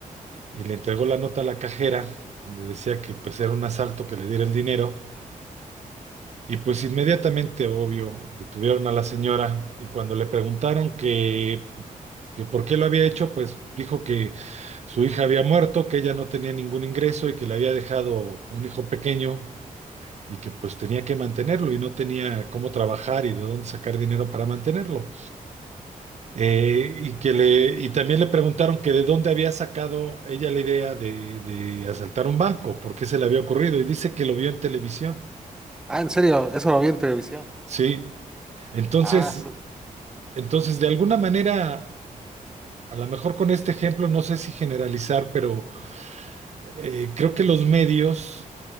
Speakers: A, on the right; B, in the centre.
A: y le entregó la nota a la cajera, donde decía que pues era un asalto que le diera el dinero. Y pues inmediatamente, obvio, detuvieron a la señora y cuando le preguntaron que, que por qué lo había hecho, pues dijo que su hija había muerto, que ella no tenía ningún ingreso y que le había dejado un hijo pequeño y que pues tenía que mantenerlo y no tenía cómo trabajar y de dónde sacar dinero para mantenerlo. Eh, y que le, y también le preguntaron que de dónde había sacado ella la idea de, de asaltar un banco, por qué se le había ocurrido, y dice que lo vio en televisión.
B: Ah, en serio, eso lo vi en televisión.
A: Sí, entonces,
B: Ah, su-
A: entonces de alguna manera, a lo mejor con este ejemplo, no sé si generalizar, pero eh, creo que los medios